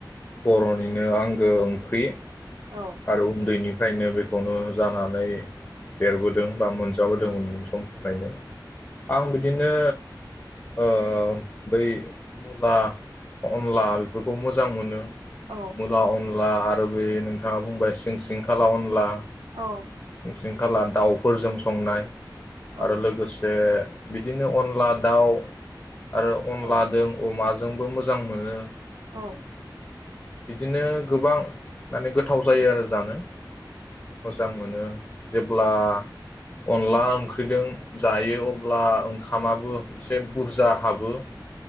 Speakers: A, on the left; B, on the right.
A: बर' निनो आंगो ओंख्रि
B: औ
A: आरो उनदैनि फ्रायनो बेखौनो जानानै देरबोदों बा मोनजाबोदोंमोन
B: औ
A: सम फायनो आं बिदिनो ओ बै मुला अनला बेफोरखौ मोजां मोनो।
B: औ
A: मुला अनला आरो बे ओ बुंबाय सिं सिं खाला अनला
B: औ
A: आसिंखाला दाउफोरजों संनाय
B: औ
A: आरो लोगोसे बिदिनो अनला दाउ आरो अनला
B: औ
A: दों अमा जोंबो मोजां मोनो
B: औ
A: बिदिनो गोबां माने गोथ गोथाव जायो आरो जानो मोजां मोनो जेब्ला अनला ओंख्रिदों जायो अब्ला ओंखामाबो एसे बुरजा हाबो